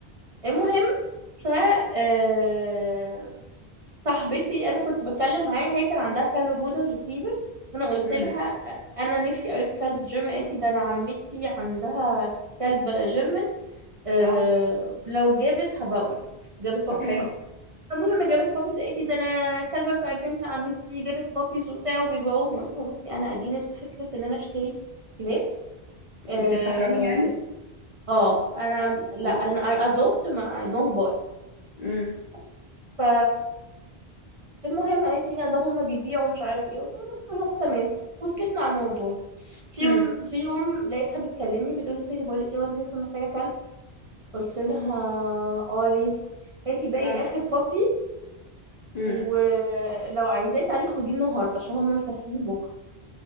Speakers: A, on the right; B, on the left.
A: المهم ف آه، صاحبتي انا كنت بتكلم معاها هي كان عندها كلب جولدن ريتريفر وانا قلت
B: امم
A: لها انا نفسي قوي في كلب جيرمان قالت لي ده انا عمتي عندها كلب جيرمان أه
B: اه
A: لو جابت هبقول جابت بابيز
B: طب حلو
A: هقول المهم جابت بابيز قالت لي ده انا الكلبه بتاع بنت عمتي جابت بابيز وبتاع وبيبيعوهم قلت لها بصي انا اجينست فكره ان انا اشتري كلاب اه
B: بتستحرمي يعني
A: آه، انا لا
B: اه
A: انا اي ادوبت ما اي دونت باي
B: امم
A: بس ف المهم قالت لي لا ده هم بيبيعوا مش عارف ايه قلت لها خلاص تمام وسكتنا على الموضوع في
B: امم
A: يوم في يوم لقيتها بتكلمني بتقول لي بيري بقول لك ايه وانت لسه محتاجه كلب قلت لها اه ليه قالت لي باقي
B: اه
A: اخر بابي
B: امم
A: ولو عايزاه تعالي خديه النهارده عشان هم مسافرين بكره